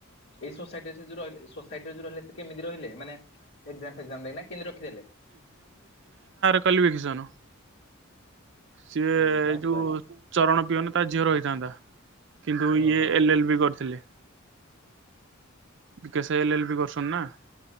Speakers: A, on the left; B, on the right.
A: ଏଇ ସୋସାଇଟିରେ ସେ ଯଉ ରହିଲେ ସୋସାଇଟିରେ ଯଉ ରହିଲ ସେ କେ ମିତି ରହିଲେ ମାନେ। ଏକ୍ଜାମଫେକ୍ଜାମ୍ ଦେଇ ନା କେମିତି ରଖିଦେଲେ?
B: କ୍ଵାଲିଫିକେସନ। ସିଏ
A: ଇ
B: ଏଇ
A: ବାପାରେ
B: ଯୋଉଉଉ ଚରଣ। ପିଅନ ତା ଝିଅର ହେଇଥାନ୍ତା। କିନ୍ତୁ
A: ଓହୋ
B: ଇଏ ଏଲ ଏଲ୍ ବି କରିଥିଲେ। ବିକେ ସେ ଏଲ ଏଲ ବି କରୁଛନ୍ତି ନା।